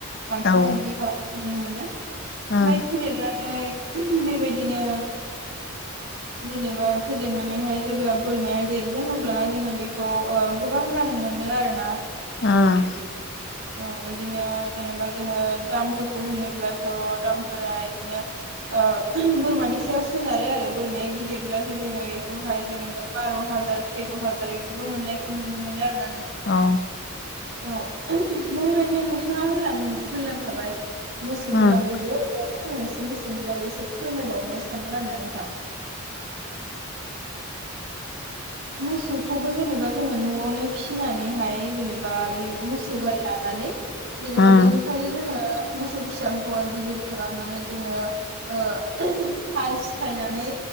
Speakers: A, on the right; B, on the left.
A: बांसिनानो
B: औ उम औ उम औ
A: बिदि खालामनायखौ नुनो मोनो। ओमफ्राय
B: उम
A: फेदेरनानै बेबायदिनो
B: <inaudible>
A: जेनेबा फेदेरनानैहाय जेब्ला बोरमाया देरगोन अब्लाना जोङो बेखौ ओ गोबां रां मोन मोनो आरो ना
B: ओम
A: औ बिदिनो जेनेबा जोङो दामफोरखौ होनोब्लाथ' दामफोरा बिदिनो ओ बोरमानि सायाव सोनारो आरो बोरमाया गिदिर ब्लाथाय जोङो बेखौहाय जेनेबा बार' हाजार तेर' हाजार इदिबो मोननायखौ नुनो मोनो आरो ना
B: औ
A: औ बेबायदिनो नोंथाङा होनलां होनलांखाबाय मोसौनि
B: उम
A: बागैबो अ आं एसे मोसौनि बागै एसे फोरमायबावनो सानदों आरो ना नोंथां। मोसौ। खौबो जेनेबा जोङो न'आवनो फिसिनानैहाय जेनेबा बे मोसौ गाय लानानै जेनेबा
B: औ
A: बिनिखायनो जोङो मोसौ फिसाखौहाय गिदिर खालामनानै जोङो ओ हाल सिखायनानै